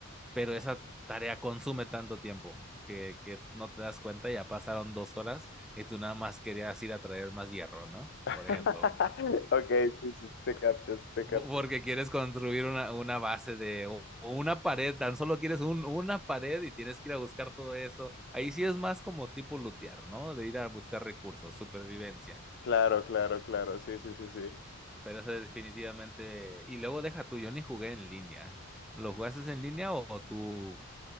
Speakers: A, in the centre; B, on the left.
A: pero esa tarea consume tanto tiempo que, que no te das cuenta, ya pasaron dos horas y tú nada más querías ir a traer más hierro, ¿no? Por
B: <laughs>
A: ejemplo,
B: Ok, sí, sí, sí, te captures, te
A: Po-
B: captures.
A: Porque quieres construir una, una base de o o una pared, tan solo quieres un, una pared y tienes que ir a buscar todo eso. Ahí sí es más como tipo lootear, ¿no? De ir a buscar recursos, supervivencia.
B: Claro, claro, claro, sí, sí, sí, sí.
A: Pero eso es definitivamente... Y luego deja tú, yo ni jugué en línea. ¿Lo jugaste en línea o, o tú...